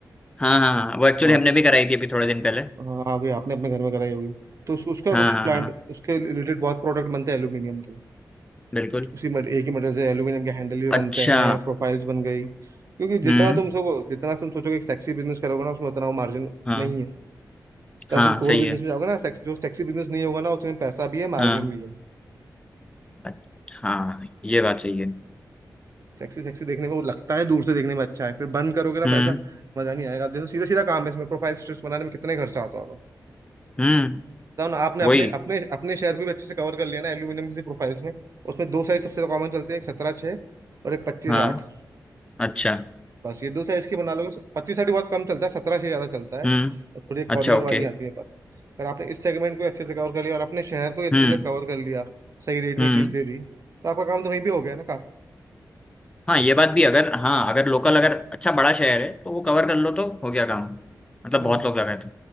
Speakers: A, on the left; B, on the right.
A: हाँ हाँ हाँ वो एक्चुअली
B: हाँ
A: हमने
B: तो
A: भी कराई थी अभी थोड़े दिन पहले
B: हाँ भाई आपने अपने घर में कराई होगी तो उस, उसका
A: हाँ
B: कुछ
A: हाँ
B: प्लांट
A: हाँ
B: उसके रिलेटेड बहुत प्रोडक्ट बनते हैं एल्यूमिनियम के
A: बिल्कुल
B: उसी मट- एक ही मटेरियल से एल्यूमिनियम के हैंडल भी बनते
A: अच्छा
B: हैं प्रोफाइल्स बन गई क्योंकि
A: हम्म
B: जितना तुम सो जितना तुम सोचोगे कि सेक्सी बिजनेस करोगे ना उसमें उतना वो मार्जिन
A: हाँ
B: नहीं है जितना
A: हाँ
B: तुम कोर
A: सही
B: बिजनेस
A: है
B: में जाओगे ना सेक्स जो सेक्सी बिजनेस नहीं होगा ना उसमें पैसा भी है मार्जिन
A: हाँ
B: भी है
A: अच्छ- हाँ ये बात सही है
B: सेक्सी सेक्सी देखने में वो लगता है दूर से देखने में अच्छा है फिर बर्न करोगे ना
A: हम्म
B: पैसा मजा नहीं आएगा आप देखो सीधा सीधा काम है इसमें प्रोफाइल स्ट्रिप्स बनाने में कितने खर्चा आता होगा
A: हम्म
B: तो ना आपने अपने
A: वही
B: अपने अपने शहर को भी अच्छे से कवर कर लिया ना एल्यूमिनियम की प्रोफाइल्स में उसमें दो साइज सबसे कॉमन चलते हैं एक सत्रह छः और एक पच्चीस
A: हाँ
B: आठ
A: अच्छा
B: बस ये दो साइज की बना लोगे पच्चीस आठ बहुत कम चलता है सत्रह छः ज़्यादा चलता है
A: हम्म
B: और थोड़ी कॉर्नर
A: अच्छा ओके
B: वाली आती है बस अगर आपने इस सेगमेंट को अच्छे से कवर कर लिया और अपने शहर को ही अच्छे
A: हम्म
B: से कवर कर लिया सही रेट
A: हम्म
B: में चीज़ दे दी तो आपका काम तो वहीं भी हो गया ना
A: हाँ ये बात भी अगर हाँ अगर लोकल अगर अच्छा बड़ा शहर है तो वो कवर कर लो तो हो गया काम मतलब
B: काफ़ी
A: बहुत लोग लगाए थे